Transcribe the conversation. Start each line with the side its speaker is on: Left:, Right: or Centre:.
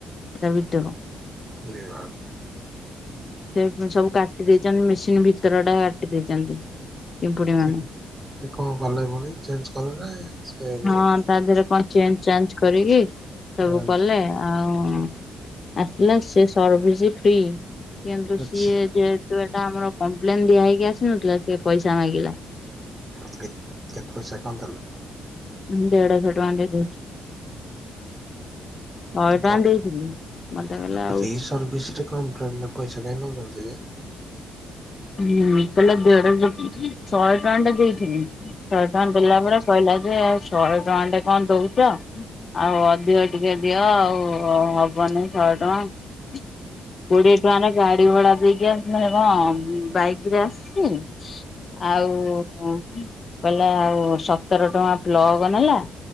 Left: ତା ଭିତରୁ।
Right: ଇରେ ବାପ୍
Left: ସେ ସବୁ କାଟି ଦେଇଛନ୍ତି, ମେସିନ୍ ଭିତର ଟା କାଟି ଦେଇଛନ୍ତି। ପିମ୍ପୁଡି ମାନେ
Right: ସେ କ ସେ କଣ କଲା ପୁଣି ଚେଞ୍ଜ୍ କଲା ନା ସେଆକୁ
Left: ହଁ
Right: ହେବ।
Left: ତା ଦେହରେ କଣ ଚେଞ୍ଜ୍ ଚାଞ୍ଜ କରିକି ସବୁ
Right: ହଁ
Left: କଲେ। ଆଉ-ଉ-ଉ-ଉ ଆସିଲା ସେ ସର୍ଭିସ୍ ଫ୍ରି। କିନ୍ତୁ
Right: ଆଚ୍ଛା।
Left: ସିଏ ଯେହେତୁ ଏଟା ଆମର କମ୍ପ୍ଲେନ ଦିଆ ହେଇକି ଆସିନଥିଲା ସେ ପଇସା ମାଗିଲା।
Right: <unintelligible> କେତେ ପଇସା କଣ ଦେଲ?
Left: ହୁଁ ଦେଢଶହ ଟଙ୍କା ଦେଲି। ଶହେ
Right: କପ୍
Left: ଟଙ୍କା ଦେଇଥିଲି।
Right: ଆଉ
Left: ମତେ କହିଲା
Right: ଫ୍ରି
Left: ଆଉ
Right: ସର୍ଭିସରେ କମ୍ପ୍ଲେନ୍ ରେ ପଇସା କାଇଁ ନେଉଛନ୍ତି ଯେ?
Left: ହୁଁ କହିଲେ ଦେଢଶ ଶହେ ଟଙ୍କାଟେ ଦେଇଥିଲି ଶହେ ଟଙ୍କା ଦେଲା ପରେ କହିଲା ଯେ ଆଉ ଶହେ ଟଙ୍କାଟେ କଣ ଦଉଛ ଆଉ ଅଧିକ ଟିକେ ଦିଅ ଆଉ-ଉ-ଉ-ଉ ହବନି ଶହେ ଟଙ୍କା। କୋଡିଏ ଟଙ୍କାରେ ଗାଡି ଭଡା ଦେଇକି ଆସିଲିଣି କଣ ବାଇକ ରେ ଆସିଛି। ଆଉ-ଉ-ଉ ଉ କହିଲା ଆଉ ସତର ଟଙ୍କା ପ୍ଲଗ୍ ନେଲା।